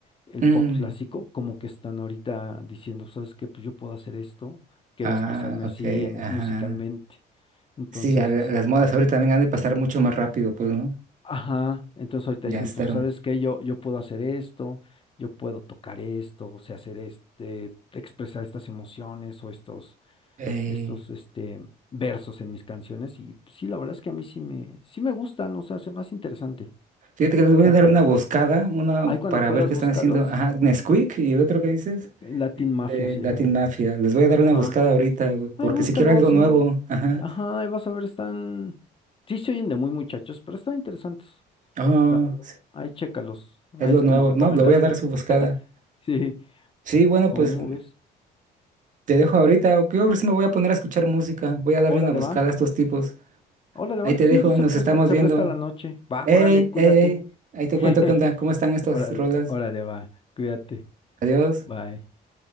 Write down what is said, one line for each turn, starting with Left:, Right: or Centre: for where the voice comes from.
Left: el
Right: Mm,
Left: pop clásico, como que están ahorita diciendo, ¿sabes qué? Pues yo puedo hacer esto, quiero
Right: ah,
Left: expresarme
Right: ok,
Left: así en,
Right: ajá.
Left: musicalmente. Entonces,
Right: Sí, a la-
Left: este
Right: las modas ahorita también han de pasar mucho más rápido, pues, ¿no?
Left: Ajá, entonces ahorita
Right: Ya
Left: dicen,
Right: estaron.
Left: pues, ¿sabes qué? Yo, yo puedo hacer esto, yo puedo tocar esto, o sea, hacer este, expresar estas emociones o estos,
Right: Eh,
Left: estos, este, versos en mis canciones. Y pues, sí, la verdad es que a mí sí me, sí me gustan, o sea, hace más interesante.
Right: fíjate que les voy
Left: Hay,
Right: a dar una buscada,
Left: hay,
Right: una
Left: hay cuando
Right: para
Left: puedas,
Right: ver qué
Left: búscalos.
Right: están haciendo. Ajá, Nesquik y el otro que dices,
Left: eh, Latin Mafia
Right: eh,
Left: se
Right: Latin
Left: llama.
Right: Mafia. Les voy a
Left: Ajá.
Right: dar una buscada ahorita, güey,
Left: Ay,
Right: porque
Left: búscalos,
Right: si quiero algo
Left: sí.
Right: nuevo, ajá.
Left: Ajá, ahí vas a ver, están. Sí se oyen de muy muchachos, pero están interesantes.
Right: Oh,
Left: la verdad.
Right: sí,
Left: Ahí chécalos,
Right: es
Left: ahí
Right: lo
Left: es como
Right: nuevo.
Left: recomendación.
Right: No, le voy a dar su buscada.
Left: <laughs> Sí,
Right: Sí, bueno,
Left: ¿cómo
Right: pues.
Left: ves?
Right: Te dejo ahorita, o creo que sí me voy a poner a escuchar música. Voy a darle
Left: Órale,
Right: una buscada
Left: va.
Right: a estos tipos.
Left: Órale,
Right: Ahí
Left: va.
Right: te
Left: Sí,
Right: dejo,
Left: pues se
Right: nos
Left: presta,
Right: estamos
Left: se
Right: viendo.
Left: presta la noche. Va,
Right: ¡Ey,
Left: órale, cuídate.
Right: ey, ey! Ahí te
Left: <laughs>
Right: cuento qué onda, cómo están estas
Left: Órale,
Right: rolas.
Left: órale, va. Cuídate.
Right: Adiós.
Left: Bye.